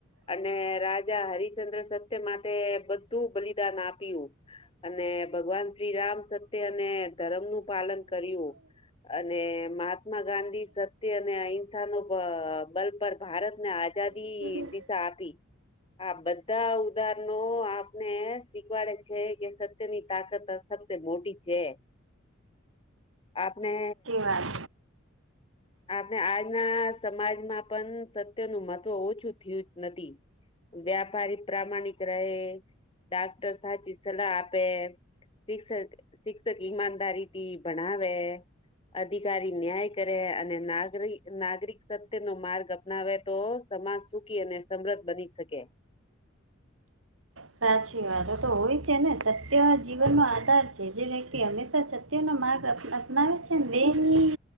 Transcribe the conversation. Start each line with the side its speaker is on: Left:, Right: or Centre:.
Left: અને રાજા હરિચંદ્ર સત્ય માટે બધું બલિદાન આપ્યું. અને ભગવાન શ્રીરામ સત્ય અને ધરમ નું પાલન કર્યું. અને મહાત્મા ગાંધી સત્ય અને અહિંસા નો બ બલ પર ભારત ને આજ રાજાદી
Right: સાચી
Left: વિ સાપી આ બધા ઉદાહરણો આપને શીખવાડે છે કે સત્યની તાકાત ફક્ત મોટી છે. આપને.
Right: વાત
Left: આપણે આજના સમાજમાં પણ સત્ય નું મહત્વ ઓછું થયું જ નથી. વ્યાપારી પ્રામાણિક રહે ડાક્ટર સાચી સલાહ આપે. શિક્ષક શિક્ષક ઈમાનદારી થી ભણાવે. અધિકારી ન્યાય કરે અને નાગરિ નાગરિક સત્ય નો માર્ગ અપનાવે તો સમાજ સુખી અને સમદ્ધ બની શકે.
Right: સાચી વાતો તો હોય છે ને સત્ય જીવનનો આધાર છે જે વ્યક્તિ હંમેશા સત ત્યનો માર્ગ અપ અપનાવે છે ને દિજની